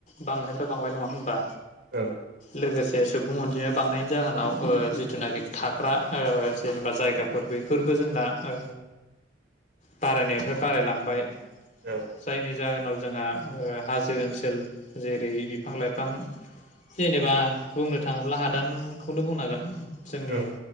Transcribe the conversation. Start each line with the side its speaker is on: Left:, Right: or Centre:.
Left: बांनायफ्राय बांबाय नङा होनबा।
Right: औ
Left: लोगोसे सुबुं अनजिमा बांनायनि जाहोनाव ओ जिथुनाखि थाग्रा ओ जेनेबा जायगा फोर बैफोरबो जोंना ओ बारायनायनिफ्राय बारायलांबाय
Right: औ
Left: जायनि जाहोनाव जोंहा ओ हाजो ओनसोल जेरै बिफां लाइफां जेनेबा बुंनो थाङोब्ला हादानखौनो बुंनांगोन। जोंनि
Right: औ